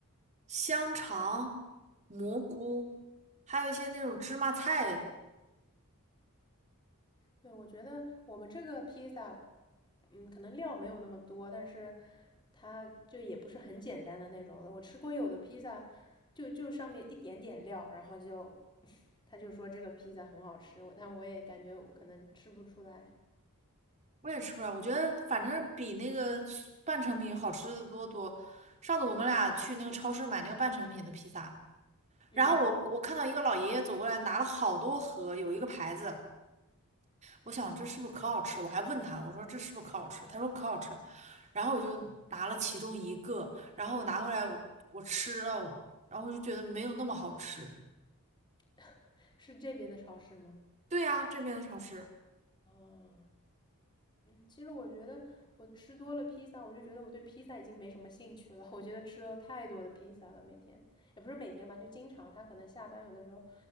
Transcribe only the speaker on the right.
香肠、蘑菇，还有一些那种芝麻菜，
我也吃不了，我觉得反正比那个半成品好吃的多多。上次我们俩去那个超市买那个半成品的披萨，
然后我我看到一个老爷爷走过来拿了好多盒，有一个牌子。我想这是不是可好吃？
我还问他，我说这是不是可好吃？他说可好吃。然后我就拿了其中一个，然后我拿回来我我吃了，然后我就觉得没有那么好吃。
对呀，这边的超市。